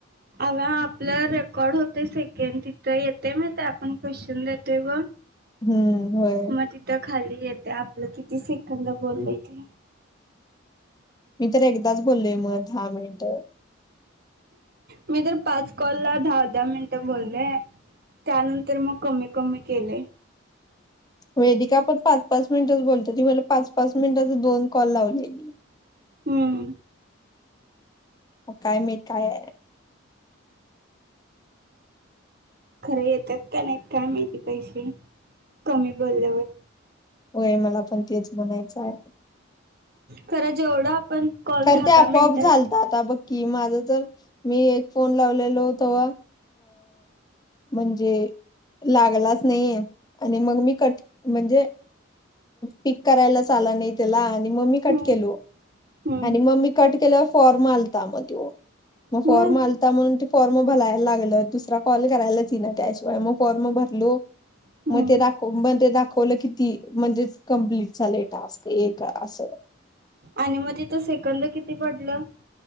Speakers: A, on the right (about 50°); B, on the left (about 20°).
A: अग आपलं रेकॉर्ड होतं सेकंड तिथं येते मग ते आपण क्वेश्चन देतोय ग
B: हम्म होय
A: म तिथं खाली येत ते आपलं किती सेकंद बोललोय ते
B: मी तर एकदाच बोललोय मग दहा मिनट
A: मी तर पाच कॉल ला दहा दहा मिनिटं बोलले त्यानंतर मग कमी कमी केलय
B: वेदिका पण पाच पाच मिनिटच बोलतो ती मला पाच पाच मिनिटच दोन कॉल लावलेली
A: हम्म
B: हो काय मी काय हाय
A: खरं येतात का नाहीत काय माहिती पैसे कमी बोलल्यावर
B: होय मला पण तेच म्हणायचं हाय
A: खर जेवढं आपण कॉल
B: खर
A: दहा
B: ते आपोआप
A: दहा मिनिटात
B: झालतात आता बघकी माझं र मी एक फोन लावलेलो तवा म्हणजे लागलाच नाही आणि मग मी क म्हणजे पिक करायलाच आला नाही त्याला आणि मम्मी कट
A: हम्म
B: केलो
A: हम्म
B: आणि मम्मी कट केल्याव फॉर्म आलता म तो, मग फॉर्म
A: होय
B: आलता म्हणून फॉर्म भलाय लागलं दुसरा कॉल करायलाच येईना त्याशिवाय मग फॉर्म भरलो.
A: हम्म
B: मे दाखो बंद दाख कोल किती म्हणजे, कंप्लीट झालय टास्क एक असं.
A: आणि मग तिथं सेकंद किती पडलं?